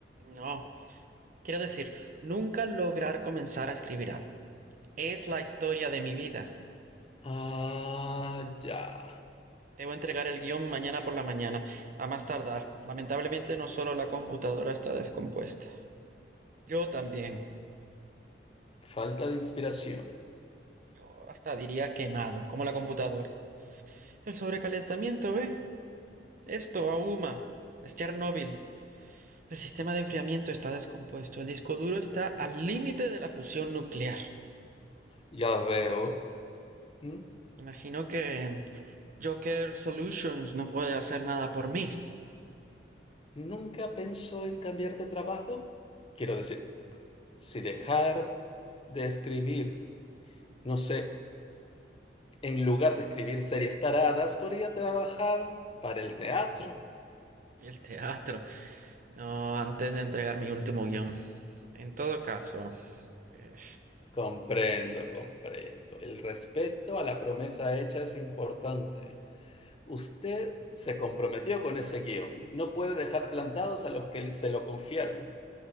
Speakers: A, on the right; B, on the left.
A: No, quiero decir, nunca lograr comenzar a escribir algo. Es la historia de mi vida.
B: Ah, ya.
A: Debo entregar el guión mañana por la mañana, a más tardar. Lamentablemente no solo la computadora está descompuesta, yo también.
B: Falta de inspiración.
A: Yo hasta diría quemado, como la computadora. El sobrecalentamiento, ¿ve? Esto ahuma. Es Chernóbil. El sistema de enfriamiento está descompuesto. El disco duro está al límite de la fusión nuclear.
B: Ya veo. ¿Mm?
A: Imagino que Joker Solutions no puede hacer nada por mí.
B: ¿Nunca pensó en cambiar de trabajo? Quiero decir, si dejar de escribir, no sé, en lugar de escribir series taradas, podría trabajar para el teatro.
A: El teatro. No, antes de entregar mi último guión. En todo caso. eh,
B: Comprendo, comprendo. El respeto a la promesa hecha es importante. Usted se comprometió con ese guión. No puede dejar plantados a los que se lo confiaron.